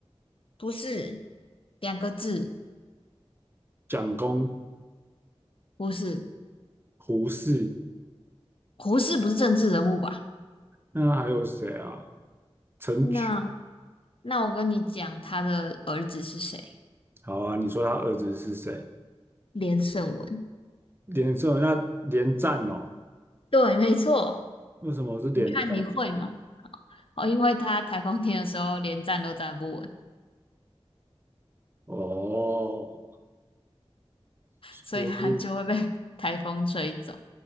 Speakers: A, on the left; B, on the right.
A: 不是两个字，
B: 蒋公、
A: 胡适，
B: 胡适，
A: 胡适不是政治人物吧？
B: 那还有谁啊？陈群，
A: 那那我跟你讲，他的儿子是谁？
B: 好啊，你说他儿子是谁？
A: 连胜文。
B: 连胜，那连战哦？
A: 对，没错。
B: 为什么是连战？
A: 你看你会吗？哦，因为他台风天的时候连站都站不稳，
B: 哦，
A: 所以他就会被
B: 所以
A: <laughs> 台风吹走。